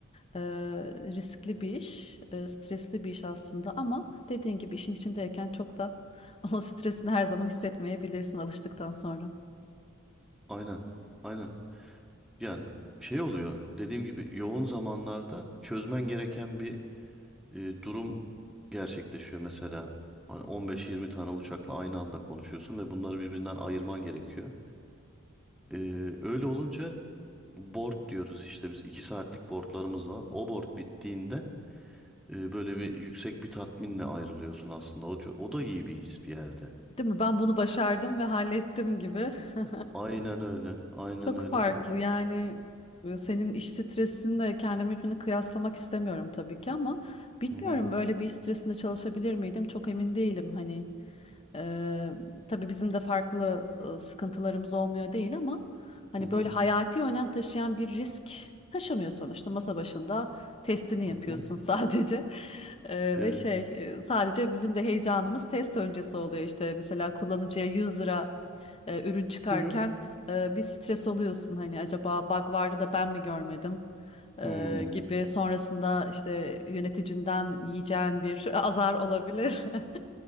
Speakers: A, on the left; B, in the centre.
A: e, riskli bir iş e, stresli bir iş aslında ama dediğin gibi işin içindeyken çok da <laughs> o stresini her zaman hissetmeyebilirsin alıştıktan sonra.
B: Aynen. Aynen. Yani şey oluyor dediğim gibi yoğun zamanlarda çözmen gereken bir e, durum gerçekleşiyor mesela. Hani 15-20 tane uçakla aynı anda konuşuyorsun ve bunları birbirinden ayırman gerekiyor. E, öyle olunca board diyoruz işte biz 2 saatlik boardlarımız var. O board bittiğinde e, böyle bir yüksek bir tatminle ayrılıyorsun aslında. O, ço- o da iyi bir his bir yerde.
A: Değil mi? Ben bunu başardım ve hallettim gibi. <laughs>
B: Aynen öyle. Aynen
A: Çok
B: öyle.
A: farklı
B: O,
A: yani e, senin iş stresinle kendimkini kıyaslamak istemiyorum tabii ki ama bilmiyorum
B: hı hı,
A: öyle bir iş stresinde çalışabilir miydim çok emin değilim hani. Eee tabii bizim de farklı e, sıkıntılarımız olmuyor değil ama hani
B: hı hı,
A: böyle hayati önem taşıyan bir risk taşımıyor sonuçta. Masa başında testini yapıyorsun
B: hı hı.
A: sadece. <laughs> Eee,
B: Evet.
A: ve şey e, sadece bizim de heyecanımız test öncesi oluyor işte. Mesela kullanıcıya 100 lira e, ürün çıkarken
B: Hı hı.
A: e, bir stres oluyorsun hani acaba bug vardı da ben mi görmedim e,
B: Hmm,
A: gibi sonrasında işte yöneticinden yiyeceğin bir <laughs> azar olabilir. <laughs>